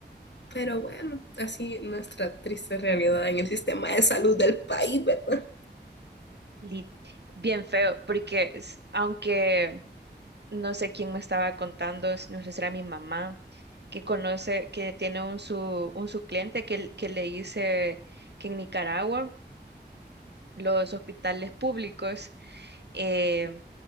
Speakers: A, on the left; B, on the right.
A: Pero bueno, así nuestra triste realidad en el sistema de salud del país, ¿verdad?
B: Li- bien feo, porque s- aunque no sé quién me estaba contando, s- no sé si era mi mamá, que conoce, que tiene un su, un su cliente que, que le dice que en Nicaragua los hospitales públicos eh,